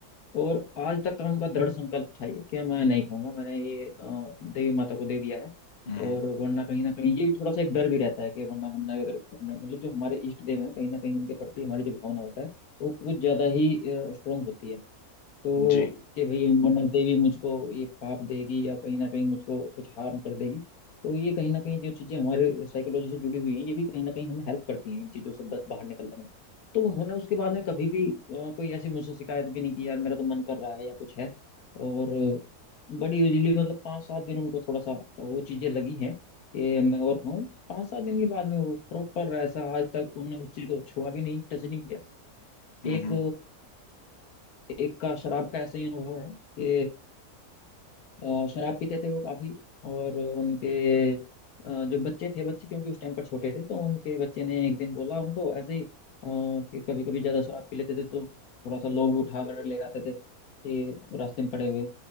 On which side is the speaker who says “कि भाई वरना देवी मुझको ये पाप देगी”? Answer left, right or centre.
Left